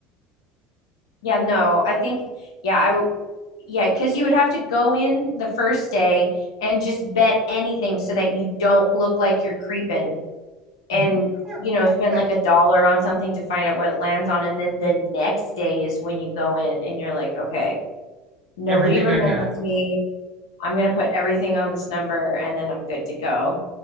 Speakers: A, on the left; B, on the right.
A: Yeah, no, I think, yeah, I, w- yeah, because you would have to go in the first day and just bet anything so that you don't look like you're creeping and,
B: hmm Or
A: you know, spend
B: right,
A: like a dollar on something to find out what it lands on. And then the next day is when you go in and you're like, okay, nobody
B: everything
A: remembers
B: I got.
A: me. I'm going to put everything on this number and then I'm good to go.